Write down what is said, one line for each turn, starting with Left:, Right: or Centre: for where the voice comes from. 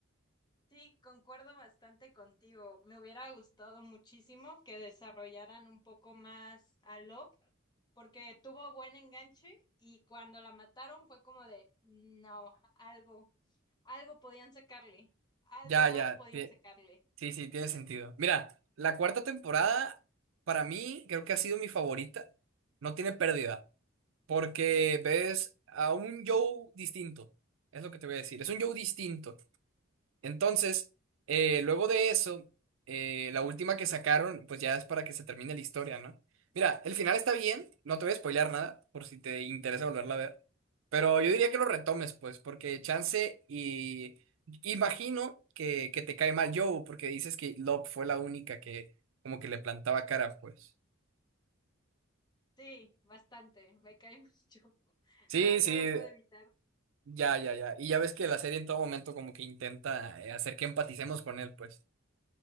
Left: Sí, concuerdo bastante contigo. Me hubiera gustado muchísimo que desarrollaran un poco más a Lop, porque tuvo buen enganche y cuando la mataron fue como de, no, algo, algo podían sacarle, algo
Right: Ya,
Left: más
Right: ya.
Left: podían
Right: tie-
Left: sacarle.
Right: Sí, sí, tiene sentido. Mira, la cuarta temporada, para mí, creo que ha sido mi favorita. No tiene pérdida. Porque ves a un Joe distinto. Es lo que te voy a decir. Es un Joe distinto. Entonces, eh, luego de eso, eh, la última que sacaron, pues ya es para que se termine la historia, ¿no? Mira, el final está bien, no te voy a spoilear nada, por si te interesa volverla a ver, pero yo diría que lo retomes, pues, porque chance y imagino que, que te cae mal Joe, porque dices que Love fue la única que como que le plantaba cara, pues.
Left: Sí, bastante, me cae <laughs> mucho.
Right: Sí,
Left: No, no
Right: sí,
Left: lo puedo evitar.
Right: ya, ya, ya. Y ya ves que la serie en todo momento como que intenta eh, hacer que empaticemos con él, pues.